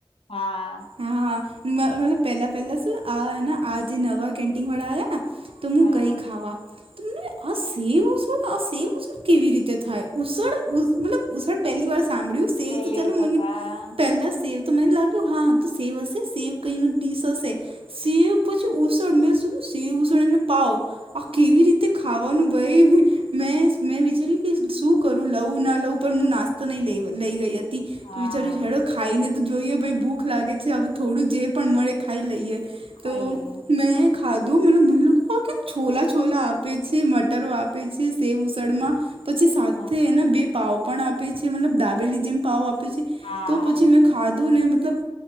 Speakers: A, on the left; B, on the right.
A: હા.
B: હા. <unintelligible> પહેલા-પહેલા શું આના આ જે નવા કેન્ટિન વાળા આયા ના તો હું
A: હા
B: ગઈ ખાવા. તમને આ સેવ ઉસળ આ સેવ ઉસળ કેવી રીતે થાય? ઉસળ મતલબ ઉસળ પહેલી વાર સાંભળ્યું. સેવ
A: પેલી
B: તો ચલો
A: વખત
B: મને,
A: હા
B: પહેલા સેવ તો મને લાગ્યું હા તો સેવ હશે, સેવ કંઈ ન ડીશ હશે. સેવ પછી ઉસળ, મે શું સેવ ઉસળ અને પાવ આ કેવી રીતે ખાવાનું ભઈ? મેં-મેં વિચાર્યું કે શું કરું લઉુ, ના લઉં? પણ હું નાસ્તો નહીં લઈ લઈ ગઈ હત તી.
A: હા
B: તો વિચાર્યું <unintelligible> ખાઈને તો જોઈએ, ભઈ ભૂખ લાગે છે, હવે થોડું જે પણ મળે ખાઈ લઈએ.
A: ખાઈ
B: તો
A: લઈ
B: મેં ખાધું <unintelligible> કેમ છોલા-છોલા આપે છે, મટરો આપે છે સેવ ઉસળમાં. પછી સાથે
A: હા
B: એના બે પાવ પણ આપે છે, મતલબ દાબેલી જેમ પાવ આપ પે છે.
A: હા
B: તો પછી મે ખાધું ને મતલબ